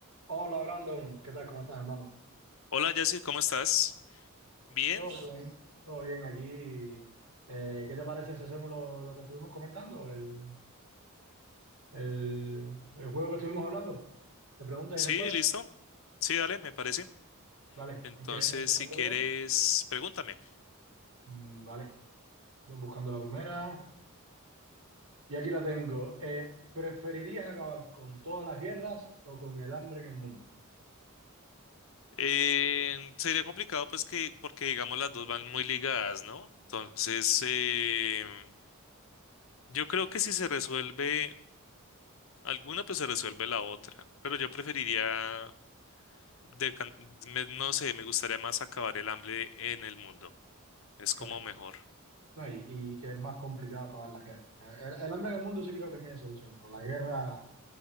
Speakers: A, on the right; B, on the left.
A: Hola Brandon, ¿qué tal? ¿Cómo estás, hermano?
B: Hola, Jessy, ¿cómo estás? Bien,
A: Todo bien, Todo bien aquí. Eh, ¿qué te parece si hacemos lo, lo que estuvimos comentando? El, el, el juego que estuvimos hablando de preguntas
B: sí,
A: y respuestas.
B: listo. Sí, dale, me parece.
A: Vale,
B: Entonces,
A: empie- empezaré
B: si
A: yo.
B: quieres, pregúntame.
A: Mm, Vale, voy buscando la primera. Y aquí la tengo. Eh, ¿preferirías acabar con todas las guerras o con el hambre en el mundo?
B: Eh, sería complicado, pues, que, porque digamos las dos van muy ligadas, ¿no? Entonces, eh, yo creo que si se resuelve alguna, pues se resuelve la otra. Pero yo preferiría, de can- me- no sé, me gustaría más acabar el hambre en el mundo. Es
A: Claro.
B: como mejor.
A: No, y, y que es más complicado acabar las guerras. El, el hambre en el mundo sí creo que tiene solución, pero la guerra,